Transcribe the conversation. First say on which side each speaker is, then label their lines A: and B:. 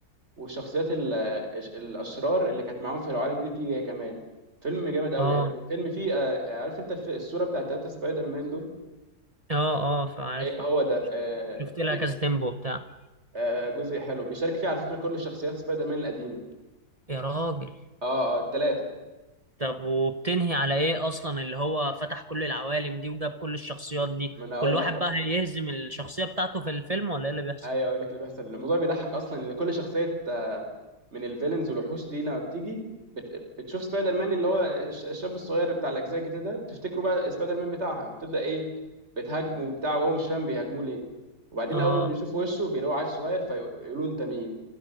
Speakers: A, on the right; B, on the right.
A: والشخصيات ال- الش- الاشرار اللي كانت معاهم في العوالم دي تيجي هي كمان فيلم جامد قوي
B: اه
A: يعني فيلم فيه آه، آه، عارف انت الف- الصوره بتاعت تلاتة سبايدر مان دول
B: اه اه فعارفها
A: هي هو ده آه،
B: شفت لها
A: بي-
B: كذا تيمبو بتاع
A: آه، جزء حلو بيشارك فيه على فكره كل شخصيات سبايدر مان القديمه
B: يا راجل
A: اه اه التلاته
B: طب وبتنهي على ايه اصلا اللي هو فتح كل العوالم دي وجاب كل الشخصيات دي
A: ما انا اقول
B: كل واحد
A: لك
B: بقى هيهزم الشخصية بتاعته في الفيلم ولا ايه اللي بيحصل
A: ايوه اقول لك اللي بيحصل الموضوع بيضحك اصلا ان كل شخصيه آه، من الفيلنز والوحوش دي لما بتيجي بت... بتشوف سبايدر مان اللي هو الش- الشاب الصغير بتاع الاجزاء الجديده ده بتفتكره بقى سبايدر مان بتاعها وبتبدا ايه بتهاجمه وبتاع وهو مش فاهم بيهاجموه ليه وبعدين
B: اه
A: اول ما بيشوفوا وشه بيلاقوا عيل صغير فيقولوا انت مين